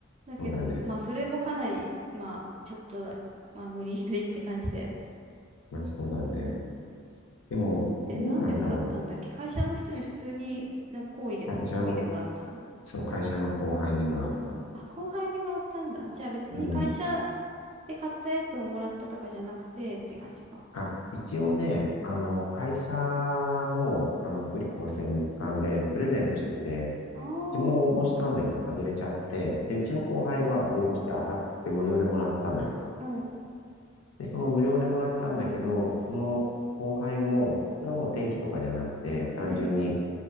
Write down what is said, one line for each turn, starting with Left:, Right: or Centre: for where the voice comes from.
Right: だけど、
Left: そうだね。
Right: まあ、それもかなり、まあ、ちょっとだ、まあ、無理やりって感じだよね。
Left: まあそうだね。でも、どうなんだろ
Right: で、なんでもらったんだっけ会社の人に普通に、な、好意で、
Left: う。
Right: ご好意でもらったの
Left: 会社の、そう、会社の後輩にもらった。
Right: あ、後輩にもらったんだ。じゃあ別に会社
Left: うーん。
Right: で買ったやつをもらったとかじゃなくてって感じか。
Left: あ、一応ね、あの、会社の、あの、福利厚生の一環でプレゼントしてて、
Right: ああ、
Left: 自分も応募したんだけど外れちゃって、で、うちの後輩は応募して当たって無料でもらったのよ。
Right: うん。
Left: で、その無料でもらったんだけど、その後輩も、それはもう天気とかじゃなくて、単純に、
Right: うん。